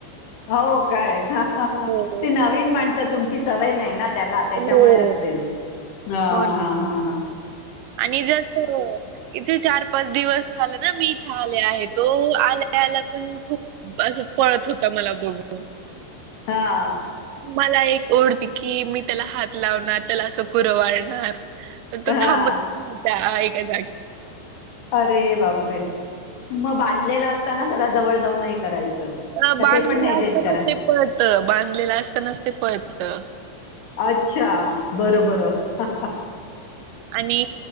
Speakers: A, on the left; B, on the right.
A: होव काय?
B: हो
A: ती नवीन माणसं तुमची सवय नाहीई ना. त्याला त्याच्यामुळे
B: हो.
A: असेल. ह
B: हो ना.
A: हा हा हा.
B: आणि ज पोर इथे बरच दिवस झालं नां मी इथं आले आहे. तो आल्यालया पण खूप. मासं पळत होता मला बघून.
A: हाअअ,
B: मला एक ओढ लागली, मी त्याला हातं लावणार त्याला असं कुरंवाळणार. तू अ
A: हां.
B: थांबत राहा एकाअ जागी.
A: अरेऐ बापरे मग बांधलेला असतांना जरा जवळ जाऊन हे करायचं.
B: अ
A: का
B: बांधलेला
A: ते पण नाही देत
B: असतांनाच
A: करा
B: ते पळत बांधलेला असतांनाच ते पळत.
A: अच्छा! बरंबरं. <unintelligible>
B: आणि